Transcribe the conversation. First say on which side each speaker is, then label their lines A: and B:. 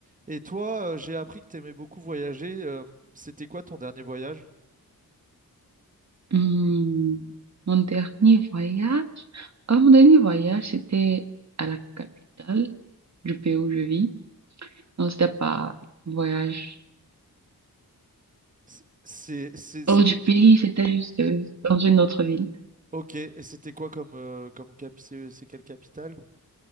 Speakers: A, on the right; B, on the right.
A: Et toi, euh, j'ai appris que t'aimais beaucoup voyager. euh, c'était quoi ton dernier voyage?
B: Hmm, mon dernier voyage, ah, mon dernier voyage, c'était à la capitale du pays où je vis. Non, c'était pas un voyage
A: C'est, c'est- c'est- c'était...
B: hors du pays, c'était juste euh, dans une autre ville.
A: Ok, et c'était quoi comme, euh, comme cap... C'est c'est quelle capitale?